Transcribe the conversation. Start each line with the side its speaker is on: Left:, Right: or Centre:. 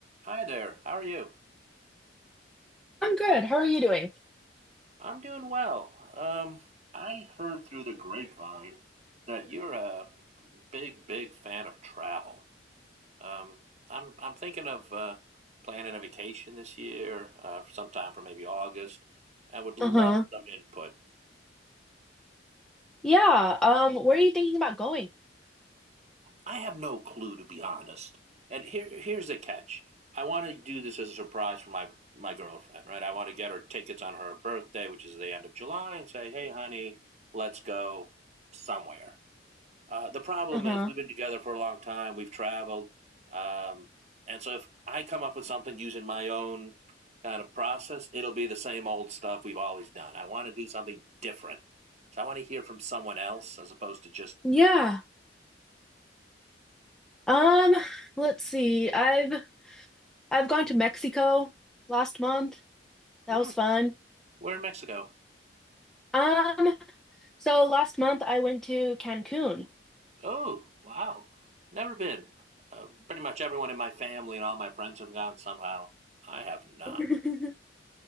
Right: Hi there, how are you?
Centre: I'm good. How are you doing?
Right: I'm doing well. Um, I heard through the grapevine that you're a big, big fan of travel. Um, I'm I'm thinking of uh, planning a vacation this year, uh, sometime for maybe August. I would love
Centre: Uh-huh.
Right: some input.
Centre: Yeah. Um, where are you thinking about going?
Right: I have no clue, to be honest. And here, here's the catch. I want to do this as a surprise for my my girlfriend, right? I want to get her tickets on her birthday, which is the end of July, and say, "Hey, honey, let's go somewhere." Uh, the problem
Centre: Uh-huh.
Right: is, we've been together for a long time. We've traveled, um, and so if I come up with something using my own kind of process, it'll be the same old stuff we've always done. I want to do something different, so I want to hear from someone else as opposed to just,
Centre: Yeah. Um, let's see. I've I've gone to Mexico last month. That
Right: mm,
Centre: was fun.
Right: "We're in Mexico."
Centre: Um, so last month I went to Cancun.
Right: Oh, wow. Never been. Uh, pretty much everyone in my family and all my friends have gone somehow. I have not.
Centre: <laughs>